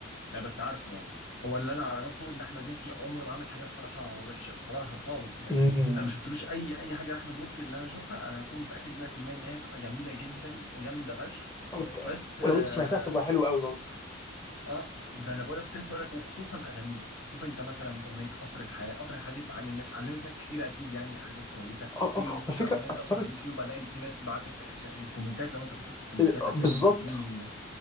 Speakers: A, on the left; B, on the left.
A: يعني بس عارفه يعني هو اللي انا اعرفه ان احمد مكي عمره ما عمل حاجه الصراحه وحشه بصراحه خالص يعني
B: أمم.
A: انا ما شفتلوش اي اي حاجه لاحمد مكي اللي انا اشوفها انا هكون متاكد 100% ان هي تبقى جميله جدا وجامده فشخ
B: أو ت-
A: بس
B: ولو
A: آه،
B: انت سمعتها تبقى حلوه قوي برضه
A: اه ده انا بقول لك كنت لسه بقول لك وخصوصا اغانيه شوف انت مثلا اغنيه قطر الحياه قطر الحياه دي بتعلم ناس علمت ناس كتير اكيد يعني حاجات كويسه
B: اه
A: كل
B: اه
A: ما اخش
B: وفكره
A: على الاغنيه دي
B: اثرت
A: اصلا على اليوتيوب الاقي في ناس بعتت ش- كومنتات لو انت بصيت في الكومنتات
B: آه،
A: هتلاقيهم
B: بالظبط
A: كاتبين ان